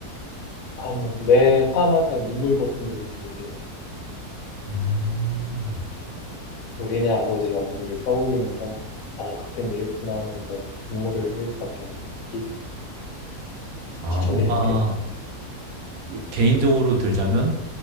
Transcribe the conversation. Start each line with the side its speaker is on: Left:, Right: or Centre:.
Left: 아니요. 매 화마다 눈물 버튼들이 존재해요.
Right: 음.
Left: 우리네 아버지, 어머니를 떠올리면서 아, 그땐 이랬구나 하면서 눈물을 흘릴 수밖에 없는 이야기
Right: 아,
Left: 추천드릴게요.
Right: 뭔가 개인적으로 들자면